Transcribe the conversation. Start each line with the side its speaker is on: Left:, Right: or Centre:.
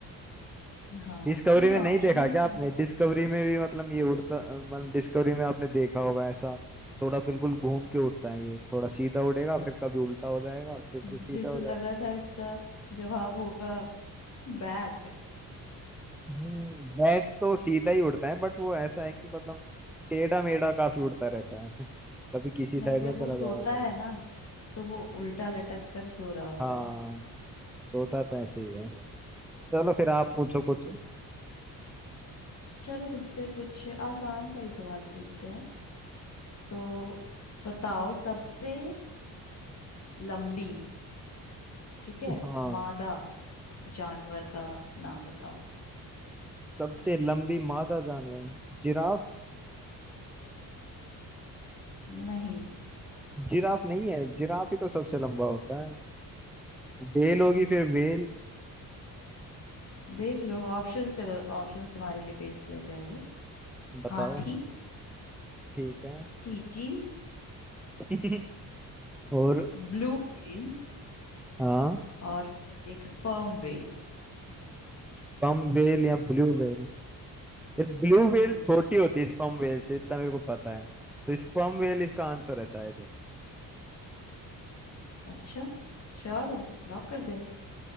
Left: हाँ
Centre: डिस्कवरी
Left: तुमने
Centre: में
Left: ऑप्शन
Centre: नहीं देखा
Left: ही इतने
Centre: क्या आपने
Left: आसान
Centre: डिस्कवरी
Left: दिए
Centre: में भी मतलब ये उड़ता मतलब डिस्कवरी में आपने देखा होगा ऐसा थोड़ा बिल्कुल घूम के उड़ता है ये थोड़ा सीधा उड़ेगा फिर कभी उल्टा हो जाएगा फिर
Left: मुझे
Centre: से सीधा हो
Left: तो लगा
Centre: जाएगा
Left: था इसका जवाब होगा बैट
Centre: हम्म बैट तो सीधा ही उड़ता है बट वो ऐसा है कि मतलब टेढ़ा मेढ़ा काफी उड़ता रहता है <laughs> कभी किसी
Left: नहीं
Centre: साइड
Left: जब
Centre: में चला
Left: वो सोता
Centre: जाएगा कभी
Left: है ना तो वो उल्टा लटक कर सो रहा होता
Centre: हाँ
Left: है
Centre: सोता तो ऐसे ही है चलो फिर आप पूछो कुछ
Left: चलो तुमसे कुछ आसान सा ही सवाल पूछते हैं तो बताओ सबसे लंबी ठीक है
Centre: हाँ
Left: मादा जानवर का नाम बताओ
Centre: सबसे लंबी मादा जानवर जिराफ
Left: नहीं
Centre: जिराफ नहीं है जिराफ ही तो सबसे लंबा होता है बेल होगी फिर बेल
Left: देख लो ऑप्शंस चलो ऑप्शंस तुम्हारे लिए पेश किया जाएगा
Centre: बताओ
Left: हाथी
Centre: ठीक है
Left: चींटी
Centre: <laughs> और
Left: ब्लू व्हेल
Centre: हाँ
Left: और एक स्पर्म व्हेल
Centre: स्पम वेल या ब्लू वेल यार ब्लू
Left: हम्म
Centre: वेल छोटी होती है स्पम वेल से इतना मेरे को पता है तो स्पम वेल इसका आंसर है शायद
Left: अच्छा श्योर हो लॉक कर दे